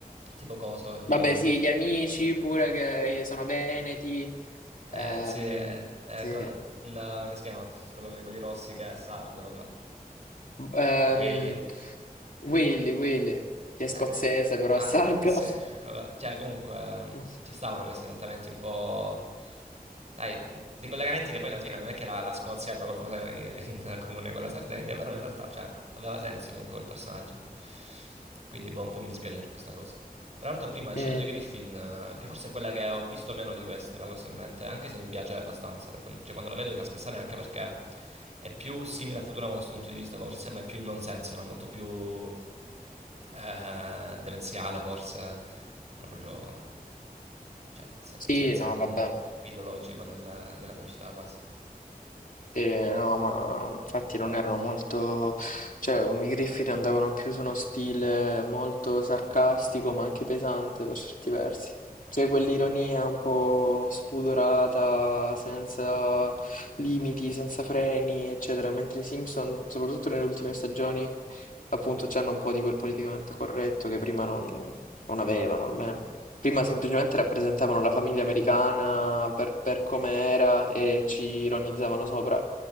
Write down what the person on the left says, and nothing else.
Vabbè,
sì, gli amici pure che sono veneti.
Ehm,
sì.
Ehm,
Willy, Willy, che è scozzese
però
è sardo.
<laughs>
Mm,
sì,
no,
vabbè.
Sì, no, ma infatti non erano molto, cioè i Griffith andavano più su uno stile molto sarcastico ma anche pesante per certi versi, cioè quell'ironia un po' spudorata, senza limiti, senza freni, eccetera, mentre i Simpson, soprattutto nelle ultime stagioni, appunto, c'hanno un po' di quel politicamente corretto che prima non non avevano almeno. Prima
semplicemente rappresentavano la famiglia americana per, per come era e ci ironizzavano sopra.